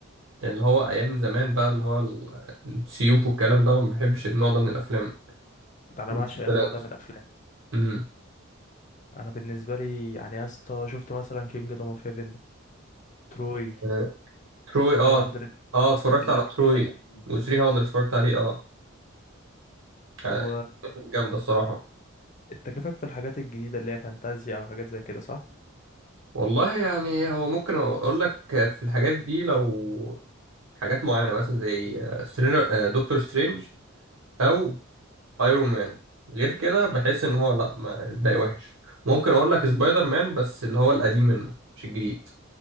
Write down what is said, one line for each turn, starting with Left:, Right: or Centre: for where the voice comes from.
Right: اللي هو ايام زمان بقى اللي هو ال- السيوف والكلام ده أنا ما بحبش النوع ده من الافلام
Left: ده انا
Right: المسلسلات
Left: بعشق النوع ده من الافلام
Right: امم
Left: انا بالنسبه لي يعني يا اسطى شفت مثلا كينجدم اوف هيفن تروي
Right: آه، تروي اه
Left: 300
Right: اه اتفرجت
Left: الحاجات
Right: على تروي
Left: القديمه دي
Right: و300 اتفرجت عليه اه يعني
Left: و...
Right: كانت جامده الصراحه
Left: انت كيفك في الحاجات الجديدة اللي هي فانتازيا او حاجات زي كده صح
Right: والله يعني هو ممكن اقول لك في الحاجات دي لو حاجات معينه مثلا زي سترينجر آه، دكتور سترينج او ايرون مان غير كده بحس ان هو لا ما الباقي وحش ممكن اقول لك سبايدر مان بس اللي هو القديم منه مش الجديد